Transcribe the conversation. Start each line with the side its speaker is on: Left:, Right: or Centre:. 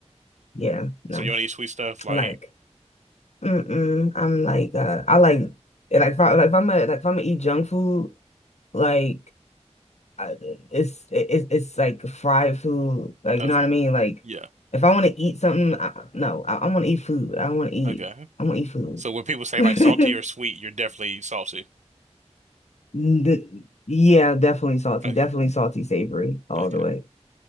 Left: yeah
Right: So
Left: no
Right: you don't eat sweet stuff like?
Left: like. Mm-mm. I'm like uh, I like like if I like if I'm a, like if I'm gonna eat junk food like I, it's it's it's like fried food like
Right: Okay.
Left: you know what I mean like
Right: Yeah.
Left: if I want to eat something I, no I, I want to eat food I want to eat
Right: Okay.
Left: I want to eat food
Right: So when people say
Left: <laughs>
Right: like salty or sweet, you're definitely salty.
Left: The- yeah definitely salty
Right: Okay.
Left: definitely salty savory all
Right: Okay.
Left: the way